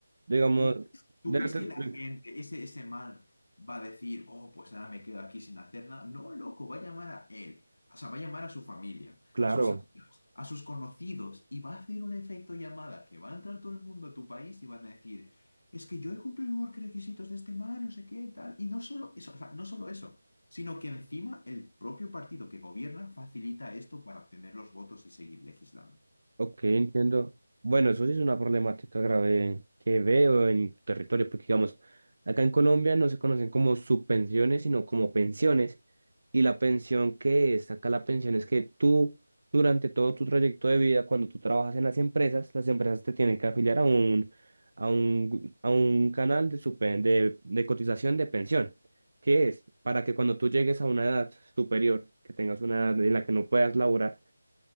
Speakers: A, on the right (about 60°); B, on the left (about 65°).
A: Digamos,
B: ¿Tú, tú
A: déjate
B: crees que
A: explico.
B: la gente, ese, ese man, va a decir, oh, pues ahora me quedo aquí sin hacer nada? No, loco, va a llamar a él. O sea, va a llamar a su familia,
A: Claro,
B: a sus amigos, a sus conocidos y va a hacer un efecto llamada que va a entrar todo el mundo a tu país y van a decir, es que yo he cumplido los requisitos de este man, no sé qué, tal. Y no solo eso, o sea, no solo eso, sino que encima el propio partido que gobierna facilita esto para obtener los votos y seguir legislando
A: ok, entiendo. Bueno, eso sí es una problemática grave que veo en tu territorio, porque digamos, acá en Colombia no se conocen como subpensiones, sino como pensiones. Y la pensión que es acá, la pensión es que tú, durante todo tu trayecto de vida, cuando tú trabajas en las empresas, las empresas te tienen que afiliar a un, a un, gu- a un canal de, supe- de, de cotización de pensión, que es para que cuando tú llegues a una edad superior, que tengas una edad en la que no puedas laborar,